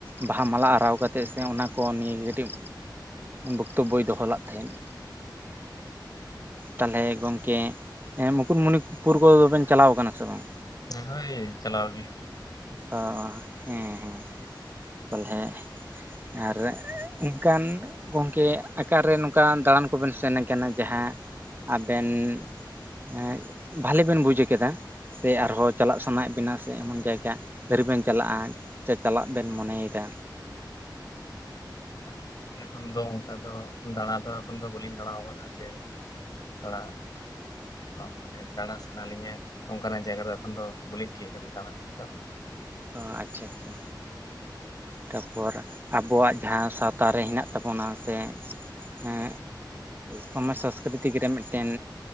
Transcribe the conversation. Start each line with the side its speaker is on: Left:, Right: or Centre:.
Right: ᱵᱟᱦᱟ ᱢᱟᱞᱟ ᱟᱨᱟᱣ ᱠᱟᱛᱮᱫ ᱥᱮ ᱚᱱᱟ ᱠᱚ ᱱᱤᱭᱮ ᱠᱟᱹᱴᱤᱢ ᱵᱚᱠᱛᱚᱵᱳᱭ ᱫᱚᱦᱚ ᱞᱟᱫ ᱛᱟᱦᱮᱸᱫ ᱛᱟᱦᱚᱞᱮ ᱜᱚᱝᱠᱮ ᱦᱮᱸ ᱢᱩᱠᱩᱴᱢᱩᱱᱤ ᱯᱩᱨᱜᱟᱹ ᱫᱚ ᱵᱮᱱ ᱪᱟᱞᱟᱣ ᱟᱠᱟᱱᱟ ᱥᱮ ᱵᱟᱝ
Left: ᱦᱮ ᱦᱳᱭ ᱪᱟᱞᱟᱣ ᱜᱮ
Right: ᱚ ᱦᱮᱸ ᱦᱮᱸ ᱛᱟᱞᱦᱮ ᱡᱟᱦᱟᱸ ᱨᱮ ᱮᱱᱠᱟᱱ ᱜᱚᱝᱠᱮ ᱟᱠᱟ ᱨᱮ ᱱᱚᱝᱠᱟ ᱫᱟᱬᱟᱱ ᱠᱚ ᱵᱮᱱ ᱥᱮᱱ ᱠᱟᱱᱟ ᱡᱟᱦᱟᱸ ᱟᱵᱮᱱ ᱮᱸᱜ ᱵᱷᱟᱞᱮ ᱵᱮᱱ ᱵᱩᱡᱽ ᱠᱮᱫᱟ ᱥᱮ ᱟᱨᱦᱚᱸ ᱪᱟᱞᱟᱜ ᱥᱟᱱᱟᱭᱮᱫ ᱵᱮᱱᱟ ᱥᱮ ᱮᱢᱚᱱ ᱡᱟᱭᱜᱟ ᱟᱹᱣᱨᱤ ᱵᱮᱱ ᱪᱟᱞᱟᱜ-ᱟ ᱥᱮ ᱪᱟᱞᱟᱜ ᱵᱮᱱ ᱢᱚᱱᱮᱭ ᱮᱫᱟ
Left: <inaudible> ᱜᱚᱝᱠᱮ ᱮᱠᱷᱚᱱ ᱫᱚ ᱚᱱᱠᱟ ᱫᱚ ᱫᱟᱬᱟ ᱫᱚ ᱮᱠᱷᱚᱱ ᱫᱚ ᱵᱟᱹᱞᱤᱧ ᱫᱟᱬᱟ ᱟᱠᱟᱫᱟ ᱡᱮ ᱛᱷᱚᱲᱟ ᱚ ᱢᱟᱱᱮ ᱫᱟᱬᱟ ᱥᱟᱱᱟ ᱞᱤᱧᱟᱹ ᱚᱱᱠᱟᱱᱟᱜ ᱡᱟᱭᱜᱟ ᱨᱮ ᱮᱠᱷᱚᱱ ᱫᱚ ᱵᱟᱹᱞᱤᱧ ᱛᱤᱭᱟᱹᱜ ᱟᱠᱟᱫᱟ ᱫᱟᱬᱟᱱ ᱞᱤᱧ ᱫᱚ
Right: ᱚᱸ ᱟᱪᱪᱷᱟ ᱟᱪᱪᱷᱟ ᱛᱟᱯᱚᱨ ᱟᱵᱚᱣᱟᱜ ᱡᱟᱦᱟᱸ ᱥᱟᱶᱛᱟ ᱨᱮ ᱦᱮᱱᱟᱜ ᱛᱟᱵᱚᱱᱟ ᱥᱮ ᱮᱸᱜ ᱥᱚᱢᱟᱡᱽ ᱥᱚᱝᱥᱠᱨᱤᱛᱤᱠ ᱨᱮ ᱢᱤᱫᱴᱮᱱ